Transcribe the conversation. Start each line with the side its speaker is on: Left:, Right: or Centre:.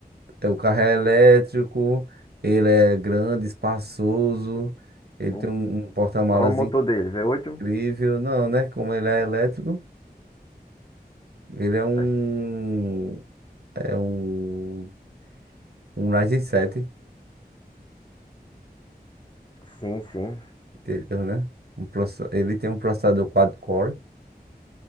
Right: É, o carro é elétrico, ele é grande, espaçoso, ele
Left: Hum,
Right: tem um, um porta-malas
Left: Qual é o motor dele? V8?
Right: incrível. Não, né? Como ele é elétrico, ele é um
Left: É.
Right: é um, um Ryzen 7,
Left: Sim, sim.
Right: entendeu, né? Um proce- ele tem um processador quad-core,